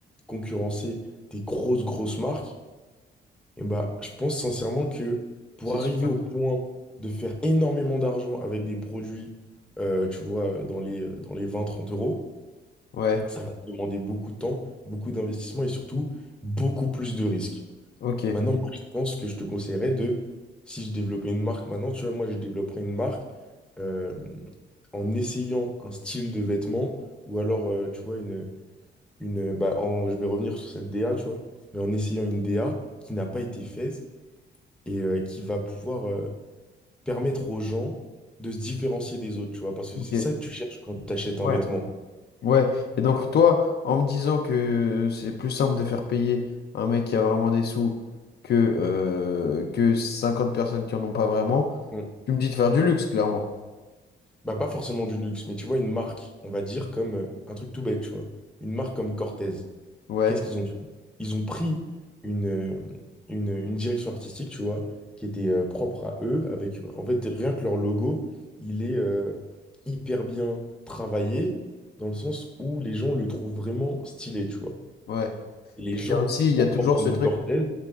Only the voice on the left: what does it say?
C'est
super.
Ouais,
ok,
ok.
Ouais.
Ouais. Et donc, toi, en me disant que c'est plus simple de faire payer un mec qui a vraiment des sous que, euh, que 50 personnes qui en ont pas vraiment,
tu me dis de faire du luxe, clairement.
Ouais,
ouais.
Et
là aussi, il y
a toujours
ce
truc.